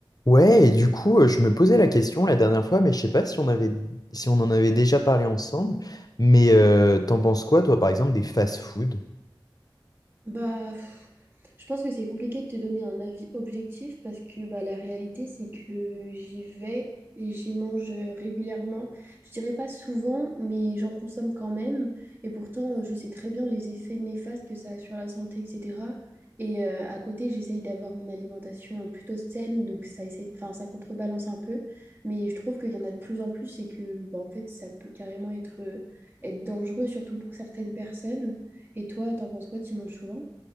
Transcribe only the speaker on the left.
Ouais, et du coup, euh, je me posais la question la dernière fois, mais je sais pas si on avait, si on en avait déjà parlé ensemble. Mais euh, t'en penses quoi, toi, par exemple, des fast-food?